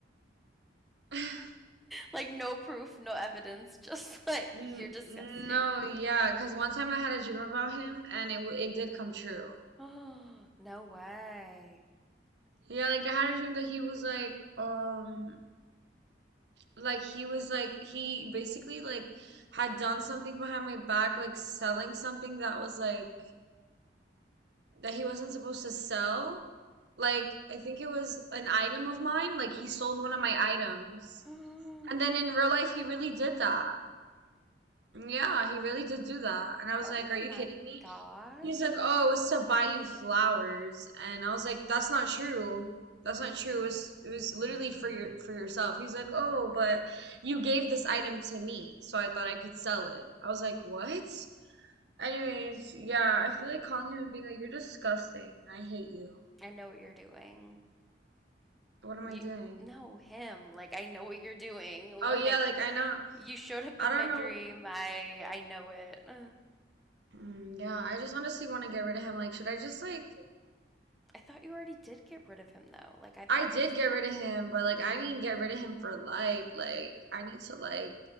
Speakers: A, on the right (about 70°); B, in the centre.
A: <laughs>
B: Like no proof, no evidence, <laughs> just like
A: no,
B: you're disgusting.
A: yeah,
B: <gasps>
A: because one time I had a dream about him and it w it did come true.
B: Oh, no way.
A: Yeah, like I had a dream that he was like, um, like he was like he basically like had done something behind my back, like selling something that was like that he wasn't supposed to sell. Like, I think it was an item of mine. Like, he sold one of my items.
B: <gasps>
A: And then in real life, he really did that. Yeah, he really did do that. And I was
B: Oh
A: like, Are you
B: my
A: kidding me?
B: gosh.
A: He's like, Oh, it was to buy you flowers. And I was like, That's not true. That's not true. It was it was literally for your for yourself. He's like, Oh, but you gave this item to me, so I thought I could sell it. I was like, What? Anyways, yeah, I feel like calling him and being like, You're disgusting. I hate you.
B: I know what you're doing.
A: What am
B: You
A: I doing?
B: no, him. Like I know what you're doing. <laughs> Like
A: Oh yeah, like I know.
B: you showed up
A: I
B: in
A: don't
B: my dream.
A: know.
B: I I know it. <gasps> Ugh.
A: Mm, yeah, I just honestly want to get rid of him. Like, should I just like?
B: I thought you already did get rid of him though. Like I thought
A: I did
B: this.
A: get rid of him, but like I mean, get rid of him for life. Like, I need to like